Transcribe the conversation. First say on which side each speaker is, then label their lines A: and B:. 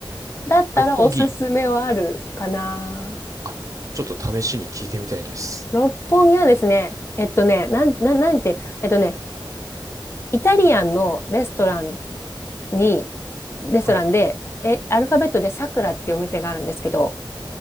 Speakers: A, on the left; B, on the right.
A: だったらおすすめはあるかな。
B: 六本木。あ、ちょっと試しに聞いてみたいです。
A: 六本木はですね、えっとね、なん、なん、なんて、えっとね、イタリアンのレストランに、レストランで、
B: はい。
A: え、アルファベットでさくらっていうお店があるんですけど、